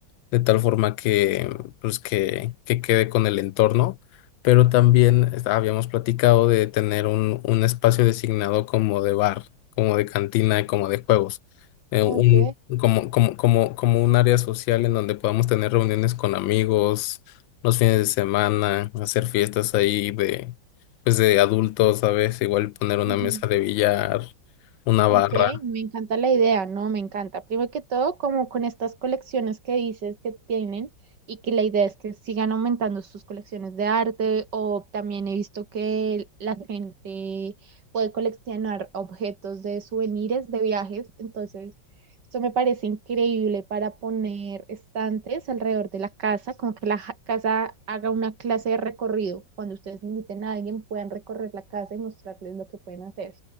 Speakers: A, on the left; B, on the right.
A: de tal forma que, pues, que, que quede con el entorno, pero también es- habíamos platicado de tener un, un espacio designado como de bar, como de cantina y como de juegos, eh, un,
B: ok.
A: como, como, como, como un área social en donde podamos tener reuniones con amigos los fines de semana, hacer fiestas ahí de, pues, de adultos, ¿sabes? Igual poner una
B: Ujú.
A: mesa de billar, una barra.
B: Ok, me encanta la idea, ¿no? Me encanta. Primero que todo, como con estas colecciones que dices que tienen y que la idea es que sigan aumentando sus colecciones de arte o también he visto que la gente puede coleccionar objetos de souvenirs de viajes, entonces esto me parece increíble para poner estantes alrededor de la casa, como que la ja- casa haga una clase de recorrido. Cuando ustedes inviten a alguien, puedan recorrer la casa y mostrarles lo que pueden hacer.